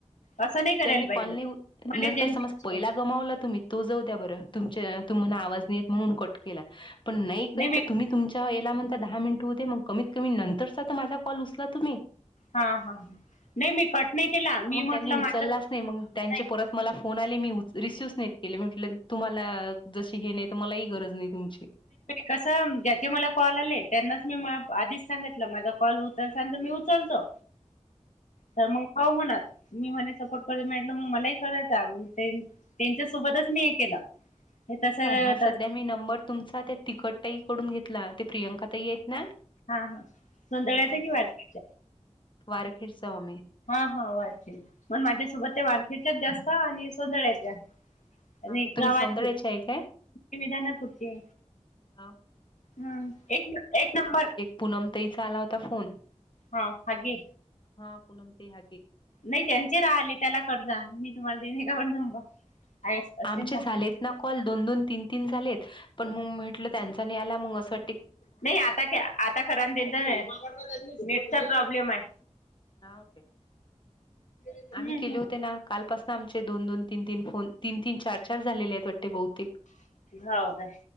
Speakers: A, on the left; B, on the left.
A: असं नाही करायला
B: त्यांनी
A: पाहिजे
B: कॉल नाही हुत,
A: मला
B: नंतर
A: जयंती
B: समज पहिला गमावला तुम्ही. तो जाऊ द्या बरं. तुमच्या तुम्हाना आवाज नाहीे येत म्हणून कट केला. पण नाही
A: नाही
B: काही
A: मी
B: तर तुम्ही तुमच्या याला म्हणता दहा मिनिट हो दे, मग कमीत कमी नंतरचा तर माझा कॉल उचला तुम्ही.
A: हा. हा. ह नाही मी कट नाही केला,
B: तर
A: मी
B: मग त्यांनी
A: म्हटलं
B: उचललाच
A: माझं.
B: नाही मग त्यांचे
A: नाही
B: परत मला फोन आले, मी रिसिव्ह नाहीत केले म्हटलं तुम्हाला. जशी हे नाही तर, मलाही गरज नाही तुमची.
A: कस ज्याचे मला कॉल आले त्यांनाच मी आधीच सांगितलं, माझा कॉल उचलसान सांगतो मी उचलतो. तर मग हावं म्हणत. मी म्हणे सपोर्ट करूनटलं मग मलाही करायचं, तेच्यासोबतच मी हे केलं. हे तस
B: हा सध्या
A: तस
B: मी नंबर तुमचा त्या, तिखटतााई कडून घेतला. प्रियांका ताई आहेत ना,
A: हा हा सोंदळ्याच
B: हा त्यांच्याकडं.
A: कि वारकरीच
B: वारखेड स्वामी.
A: हा हा वारखे मण माझ्यासोबत त्या, वारखेच्याच जास्त आणि सोंदळ्या च्या.
B: हा,
A: नाही
B: तुम्ही
A: गावातली
B: सौंदर्याचे आहे काय
A: विधनापूरची.
B: हा
A: हम्म. एक न एक नंबर.
B: पुूनम ताईचा आला होता फोन.
A: हा घे.
B: हा पूनम ताई हागे.
A: नई त्यांचे राहले त्याला करजा, मी तुम्हाला देणे एखादा नंबर. आहे असेल
B: आमचे
A: ना
B: झालेत ना कॉल दोन दोन तीन तीन झालेत, पण मग म्हटलं त्यांच. आणि त्याला मऊ असतं.
A: नाही आता, आता खरा त्यांच नेटचा
B: बरं
A: प्रॉब्लेम आहे.
B: हा ओके.
A: आहे
B: आम्ही केले होते ना, कालपासून आमचे दोन दोन तीन तीन फोन तीन तीन चार चार झालेले आहेत. वाटते बहुतेक.
A: हाव काय.